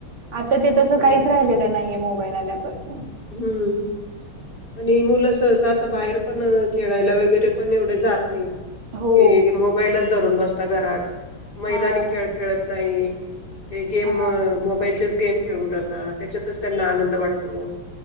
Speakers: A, on the right; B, on the left.
A: आता ते तसं
B: हो.
A: काहीच राहिलेलं नाहीये मोबाईल आल्यापासून
B: हम्म आणि मुलं सहस आता बाहेर पण खेळायला वगैरे पण एवढे जात नाही
A: हो
B: ह मोबाईलच धरून बसता घरात मैदानी
A: हा
B: खेळ खेळत नाही ते गेम
A: हा
B: मोबाईलचेच गेम खेळून राहतात त्याच्यातच त्यांना आनंद वाटतो